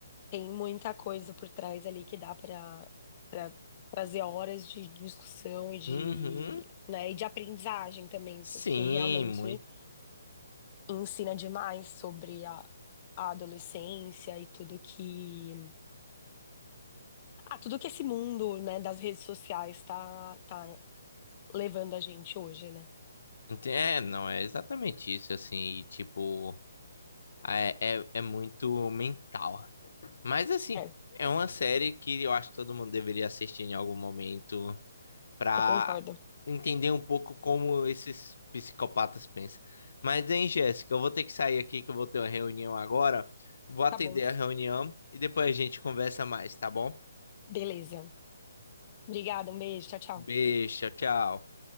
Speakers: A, on the left; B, on the left.
A: Tem muita coisa por trás ali que dá para trazer horas de discussão e de,
B: Uhum.
A: né, e de aprendizagem também,
B: Sim,
A: porque realmente
B: muito
A: ensina demais sobre a, a adolescência e tudo que, ah, tudo que esse mundo, né, das redes sociais tá, tá levando a gente hoje, né?
B: Ente- É, não, é exatamente isso, assim, e, tipo, é, é, é muito mental. Mas, assim,
A: É,
B: é uma série que eu acho que todo mundo deveria assistir em algum momento pra
A: eu concordo.
B: entender um pouco como esses psicopatas pensam. Mas, hein, Jéssica, eu vou ter que sair aqui que eu vou ter uma reunião agora. Vou atender
A: Tá bom.
B: a reunião e depois a gente conversa mais, tá bom?
A: Beleza. Obrigada, um beijo. Tchau, tchau.
B: Beijo, tchau, tchau.